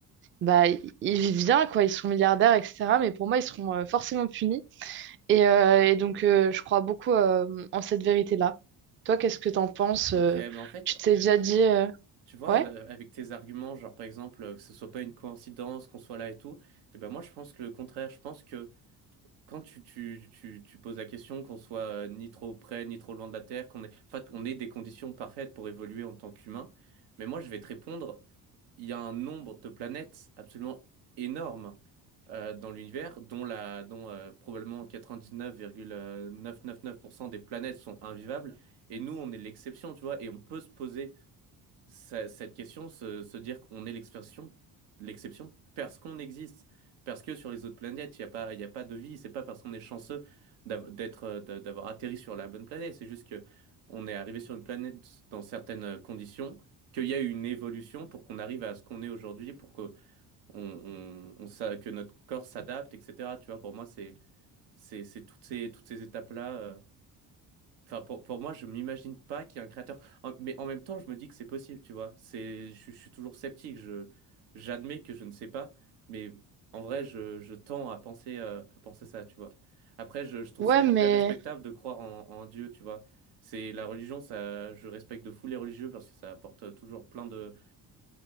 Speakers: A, on the right; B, on the right.
A: bah, i- ils vivent bien, quoi, ils sont milliardaires, etc. Mais pour moi, ils seront euh, forcément punis. Et, euh, et donc, euh, je crois beaucoup euh, en cette vérité-là. Toi, qu'est-ce que t'en penses?
B: Ok,
A: euh,
B: mais en fait,
A: tu t'es déjà dit, euh,
B: tu vois,
A: ouais,
B: euh, avec tes arguments, genre par exemple euh, que ce soit pas une coïncidence qu'on soit là et tout, et ben moi je pense que le contraire, je pense que quand tu tu tu, tu poses la question qu'on soit euh, ni trop près ni trop loin de la Terre, qu'on ait, en fait, on ait des conditions parfaites pour évoluer en tant qu'humain, mais moi je vais te répondre, il y a un nombre de planètes absolument énorme euh, dans l'univers, dont la, dont euh, probablement 99,999% des planètes sont invivables. Et nous, on est l'exception, tu vois. Et on peut se poser ce- cette question, se, se dire qu'on est l'exception, l'exception, parce qu'on existe, parce que sur les autres planètes, il n'y a pas, il y a pas de vie. C'est pas parce qu'on est chanceux d'av- d'être, euh, d'a- d'avoir atterri sur la bonne planète. C'est juste que on est arrivé sur une planète dans certaines conditions. qu'il y a eu une évolution pour qu'on arrive à ce qu'on est aujourd'hui, pour que on, on, on s'a- que notre corps s'adapte, etc. Tu vois, pour moi, c'est, c'est, c'est toutes ces, toutes ces étapes-là. euh. Enfin, pour, pour moi, je m'imagine pas qu'il y ait un créateur. En- mais en même temps, je me dis que c'est possible, tu vois. C'est, je, suis je suis toujours sceptique. Je, j'admets que je ne sais pas, mais en vrai, je, je tends à penser, euh, à penser ça, tu vois. Après, je, je trouve
A: ouais,
B: ça
A: mais,
B: hyper respectable de croire en, en Dieu, tu vois. C'est la religion, ça, je respecte de fou les religieux parce que ça apporte euh, toujours plein de,